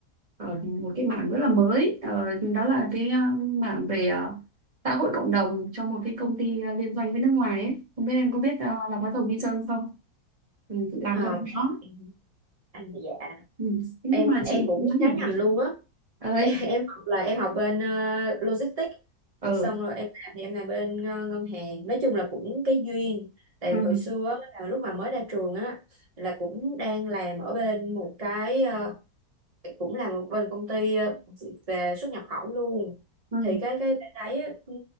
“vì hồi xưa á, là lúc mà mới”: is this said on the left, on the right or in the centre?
Right